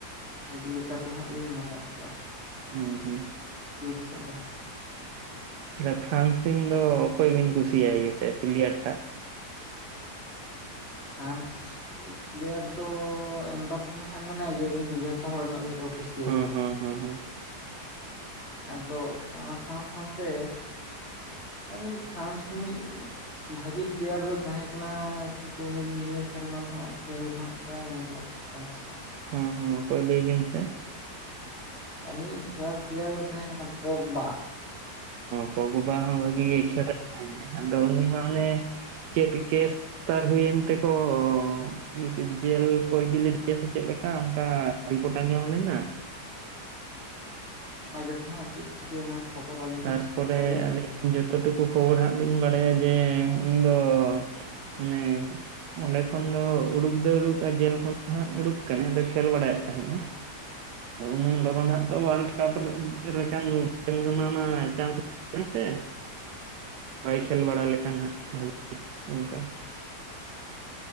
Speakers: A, on the left (about 40°); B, on the right (about 80°).
A: ᱵᱷᱟᱹᱜᱤ ᱞᱮᱠᱟ ᱫᱚ ᱦᱟᱸᱜ ᱞᱤᱧ ᱢᱚᱱᱮᱭᱮᱫ ᱠᱚᱣᱟ᱾
B: ᱦᱩᱸ ᱦᱩᱸ᱾
A: ᱡᱩᱛ ᱨᱮᱱᱟᱜ ᱫᱚ ᱦᱟᱜᱼᱼ
B: ᱛᱟᱦᱚᱞᱮ ᱯᱷᱨᱟᱱᱥ ᱨᱮᱱ ᱫᱚ ᱚᱠᱚᱭ ᱵᱤᱱ ᱠᱩᱥᱤᱭᱼᱟᱭ ᱜᱮᱛᱮ ᱯᱤᱞᱤᱭᱟᱨ ᱴᱟᱜ?
A: ᱯᱷᱨᱟᱱᱥ᱾ ᱤᱧᱤᱡ ᱯᱞᱮᱭᱟᱨ ᱫᱚ ᱮᱢ ᱵᱟᱯᱮ ᱢᱟ ᱦᱟᱜ ᱢᱮᱱᱟᱭ ᱜᱮᱭᱟ ᱩᱱᱤ ᱫᱚ ᱡᱷᱚᱛᱚ ᱦᱚᱲ ᱧᱚᱜ ᱜᱮᱠᱚ ᱠᱩᱥᱤᱭᱟᱭᱟ᱾
B: ᱦᱚᱸ ᱦᱚᱸ ᱦᱚᱸ ᱦᱚᱸ
A: ᱟᱫᱚ ᱚᱱᱟ ᱥᱟᱶ ᱥᱟᱶᱛᱮ ᱟᱞᱤᱧ ᱯᱷᱨᱟᱱᱥ ᱨᱤᱱᱤᱡᱼᱼ ᱵᱷᱟᱜᱮ ᱯᱞᱮᱭᱟᱨ ᱫᱚ ᱛᱟᱦᱮᱸ ᱠᱟᱱᱟ ᱠᱤᱱᱛᱩ ᱩᱱᱤ ᱱᱤᱭᱟᱹ ᱥᱮᱨᱢᱟ ᱫᱚ ᱠᱷᱮᱹᱞ ᱫᱚᱦᱜ ᱵᱟᱭ ᱧᱟᱢ ᱞᱮᱫᱟᱼᱼ ᱪᱟᱱᱥ ᱫᱚᱼᱼ
B: ᱦᱚᱸ ᱚᱠᱚᱭ ᱞᱟᱹᱭᱵᱤᱱ ᱥᱮ?
A: ᱟᱹᱞᱤᱧ ᱤᱡ ᱯᱷᱮᱵᱟᱨᱮᱴ ᱯᱞᱮᱭᱟᱨ ᱫᱚᱭ ᱛᱟᱦᱮᱸ ᱠᱟᱱᱟ ᱯᱳᱠᱵᱟ᱾
B: ᱯᱚᱜᱽᱵᱟ ᱦᱚᱸ ᱵᱷᱟᱹᱜᱤ ᱜᱮᱭ ᱠᱷᱮᱞᱮᱫ ᱛᱟᱦᱮᱫ ᱟᱫᱚ ᱩᱱᱤ ᱢᱟ ᱚᱱᱮ ᱪᱮᱫ ᱠᱮᱥ? ᱛᱟᱨ ᱦᱩᱭᱮᱱ ᱛᱮᱠᱚᱼᱼ ᱤᱭᱟᱹ ᱡᱮᱞ ᱠᱚ ᱤᱫᱤ ᱞᱮᱫᱮᱭᱟ ᱥᱮ ᱪᱮᱫ ᱞᱮᱠᱟ ᱚᱱᱠᱟ ᱨᱤᱯᱳᱨᱴ ᱟᱱᱡᱚᱢ ᱞᱮᱱᱟ᱾
A: ᱚᱱᱟ ᱜᱮᱛᱚ ᱦᱟᱜ ᱪᱮᱫ ᱪᱤᱠᱟᱹᱭ ᱚᱱᱟ ᱠᱷᱚᱵᱚᱨ ᱟᱹᱞᱤᱧ
B: ᱛᱟᱨᱯᱚᱨᱮ
A: ᱴᱷᱤᱠᱟ ᱵᱟᱞᱤᱧ
B: ᱟᱹᱞᱤᱧ
A: ᱵᱟᱰᱲᱟᱭᱲ᱾
B: ᱡᱚᱛᱚ ᱴᱩᱠᱩ ᱠᱷᱚᱵᱚᱨ ᱦᱟᱸᱜ ᱞᱤᱧ ᱵᱟᱲᱟᱭᱟ ᱡᱮ ᱩᱱᱤ ᱫᱚ ᱢᱟᱱᱮᱼᱼ ᱚᱸᱰᱮ ᱠᱷᱚᱱ ᱫᱚ ᱩᱰᱩᱠ ᱫᱚᱭ ᱩᱰᱩᱠ ᱠᱟᱱ ᱡᱮᱞ ᱠᱷᱚᱱ ᱦᱟᱸᱜ ᱩᱰᱩᱠ ᱠᱟᱱᱟᱭ ᱟᱫᱚᱭ ᱠᱷᱮᱞ ᱵᱟᱲᱟᱭᱮᱫ ᱛᱟᱦᱮᱸᱫᱼᱟ᱾ ᱫᱚ ᱩᱱᱟᱹᱝ ᱞᱚᱜᱚᱱ ᱦᱟᱜ ᱛᱚ ᱚᱣᱟᱨᱞᱰ ᱠᱟᱯᱨᱮ ᱨᱮ ᱠᱟᱱ ᱠᱷᱮᱞ ᱠᱟᱱᱟ᱾ ᱚᱱᱟ ᱪᱟᱥ ᱦᱩᱭ ᱥᱮ ᱾ ᱵᱟᱭ ᱠᱷᱮᱞ ᱵᱟᱲᱟ ᱞᱮᱠᱷᱟᱱ ᱦᱟᱸᱜ ᱵᱷᱟᱜᱤ ᱚᱱᱠᱟᱼᱼ